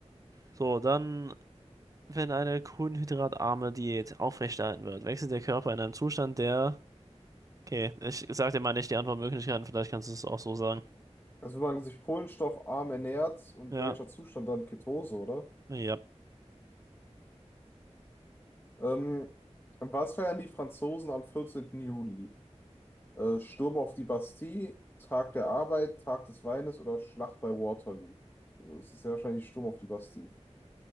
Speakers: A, on the right; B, on the left.
A: So, dann, wenn eine kohlenhydratarme Diät aufrechterhalten wird, wechselt der Körper in einem Zustand, der. Okay, ich sag dir mal nicht die Antwortmöglichkeiten, vielleicht kannst du es auch so sagen.
B: Also wenn man sich kohlenstoffarm ernährt und
A: Ja,
B: welcher Zustand dann Ketose, oder?
A: ja,
B: Ähm, was feiern die Franzosen am vierzehnten Juli? Äh, Sturm auf die Bastille, Tag der Arbeit, Tag des Weines oder Schlacht bei Waterloo. Also es ist ja wahrscheinlich Sturm auf die Bastille.